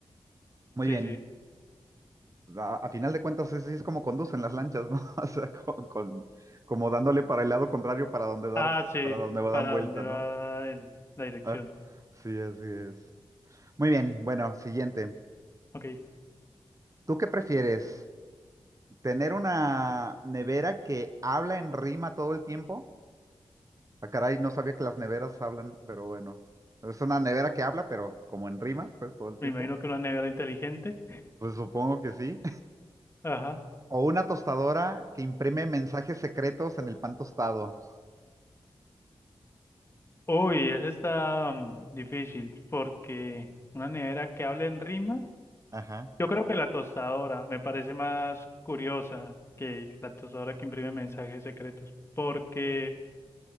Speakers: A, on the right (about 35°); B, on the left (about 25°).
A: Muy
B: sí,
A: bien.
B: sí.
A: Pues, A, a final de cuentas, así es como conducen las lanchas, ¿no? <laughs> O sea, con, con- como dándole para el lado contrario para donde dar,
B: Ah, sí.
A: para donde dan
B: ¿Para
A: vuelta,
B: dónde va
A: ¿no?
B: el- la dirección?
A: Ah, sí, así es. Muy bien, bueno, siguiente.
B: Ok.
A: ¿Tú qué prefieres? ¿Tener una nevera que habla en rima todo el tiempo? Ah, caray, no sabía que las neveras hablan, pero bueno. Es una nevera que habla, pero como en rima, pues todo el tiempo.
B: Me imagino que una nevera inteligente.
A: Pues supongo que sí.
B: Ajá.
A: O una tostadora que imprime mensajes secretos en el pan tostado.
B: Uy, esa está mm, difícil porque una nevera que hable en rima.
A: Ajá.
B: Yo creo que la tostadora me parece más curiosa que la tostadora que imprime mensajes secretos, porque